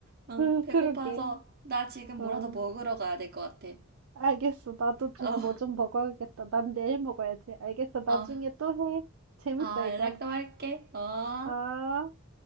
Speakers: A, on the right (about 45°); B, on the right (about 70°).
A: 어,
B: 그,
A: 배고파서
B: 그러게.
A: 나 지금
B: 어,
A: 뭐라도 먹으러 가야 될 것 같아.
B: 알겠어. 나도 좀
A: 어,
B: 뭐 좀 먹어야겠다. 난 내일 먹어야지. 알겠어. 나중에
A: 어.
B: 또 해. 재밌다,
A: 아,
B: 이거.
A: 연락 또 할게. 어.
B: 아.